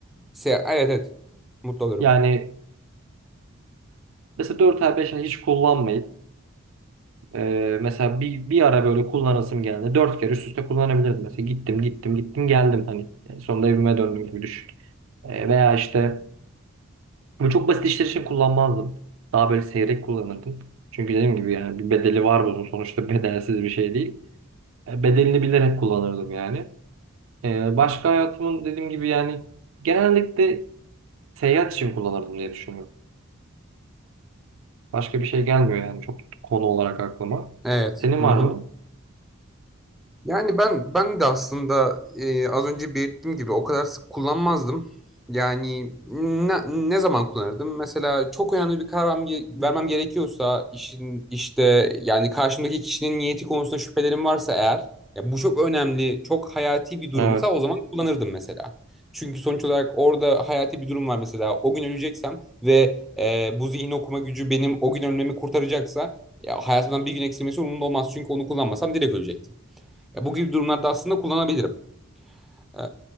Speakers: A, in the centre; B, on the right (about 70°).
A: se- evet evet mutlu olurum.
B: Yani Mesela 4 ay 5 ay hiç kullanmayıp e, mesela bir, bir ara böyle kullanasım geldi. 4 kere üst üste kullanabilirdim. Mesela gittim gittim gittim geldim hani E, sonunda evime döndüm gibi düşün. E, veya işte bu çok basit işler için kullanmazdım. Daha böyle seyrek kullanırdım. Çünkü dediğim gibi yani bir bedeli var bunun sonuçta <laughs> bedelsiz bir şey değil. E, bedelini bilerek kullanırdım yani. E, başka hayatımın dediğim gibi yani genellikle seyahat için kullanırdım diye düşünüyorum. Başka bir şey gelmiyor yani çok konu olarak aklıma.
A: Evet.
B: Senin
A: Hı
B: var
A: hı.
B: mı?
A: Yani ben ben de aslında e, az önce belirttiğim gibi o kadar sık kullanmazdım. Yani ne, ne zaman kullanırdım? Mesela çok önemli bir karar vermem ge- vermem gerekiyorsa işin işte yani karşımdaki kişinin niyeti konusunda şüphelerim varsa eğer ya bu çok önemli, çok hayati bir durumsa
B: Evet.
A: o zaman kullanırdım mesela. Çünkü sonuç olarak orada hayati bir durum var mesela. O gün öleceksem ve e, bu zihin okuma gücü benim o gün ölmemi kurtaracaksa ya hayatımdan bir gün eksilmesi umurumda olmaz. Çünkü onu kullanmasam direkt ölecektim. Ya bu gibi durumlarda aslında kullanabilirim. Ee,